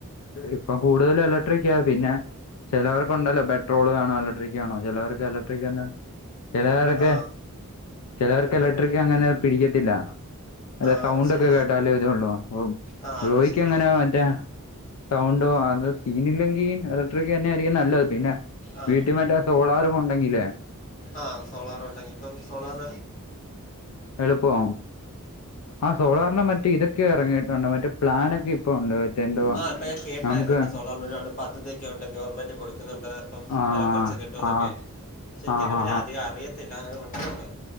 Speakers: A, on the left (about 70°); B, on the left (about 35°).
A: ഇപ്പൊ കൂടുതലും ഇലക്ട്രിക്കാ പിന്നെ ചേലോർക്കുണ്ടല്ലോ പെട്രോൾ വേണോ ഇലക്ട്രിക്ക് വേണോ ചേലോർക്ക് ഇലക്ട്രിക്കന്നെ ചെലവരൊക്കെ
B: ആ
A: ചെലവർക്ക് എലക്ട്രിക്ക് അങ്ങനെ പിടിക്കത്തില്ല. അല്ല
B: ആ
A: സൗണ്ട്
B: അത് ശരിയാ
A: ഒക്കെ കേട്ടാലേ ഇതോള്ളൂ അപ്പൊ
B: ആ
A: ബ്രോയിക്ക്
B: അത് ശരിയാ
A: എങ്ങനാ മറ്റേ സൗണ്ടോ അത് സീൻ ഇല്ലെങ്കിൽ ഇലക്ട്രിക്ക് തന്നെ ആയിരിക്കും നല്ലത് പിന്നെ
B: ആ
A: വീട്ടി മറ്റേ സോളാറും ഉണ്ടെങ്കിലേ
B: ആഹ് സോളാർ ഉണ്ടങ്കി ഇപ്പം സോളാർ
A: എളുപ്പവാവും ആ സോളാറിൻ്റെ മറ്റേ ഇതൊക്കെ എറങ്ങിയിട്ടുണ്ട് മറ്റേ പ്ലാനൊക്കെ ഇപ്പൊ ഉണ്ട് മറ്റെ എന്തോവാ
B: ആ ഇപ്പം ഞാൻ കേട്ടായിരുന്നു
A: നമുക്ക്
B: എൻ്റെ സോളാറിന് ഒരുപാട് പദ്ധതിയൊക്കെ ഉണ്ട് ഗവൺമെൻ്റ് കൊടുക്കുന്നുണ്ട് അപ്പം
A: ആ
B: വെല കൊർച്ച് കിട്ടുവന്നൊക്കെ
A: ആ
B: പക്ഷെ എനിക്കതിനെപ്പറ്റി
A: ആ ഹാ
B: അധികം അറിയത്തില്ല അതു ഒണ്ടന്നുള്ളത്